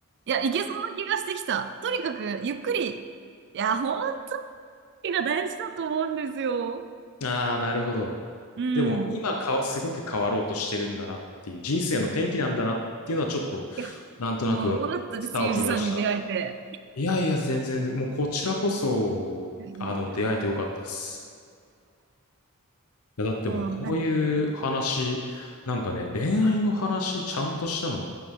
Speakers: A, on the right; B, on the left.
A: いや、いけそうな気がしてきた。とにかく、ゆっくり。いや、本気が大事だと思うんですよ。
B: ああ、なるほど。
A: うん。
B: でも今かすごく変わろうとしてるんだなっていう、人生の転機なんだなっていうのはちょっと、
A: いや、
B: なんとなく
A: もうよかったです、
B: 伝わってきました。
A: ゆうじさんに出会えて。
B: いやいや、全然、もうこちらこそ、
A: いやいや、
B: あの、出会えてよかったっす。
A: ありがと
B: や、だってもうこういう話、
A: う。なんかね、
B: なんかね、恋愛の話ちゃんとしたの、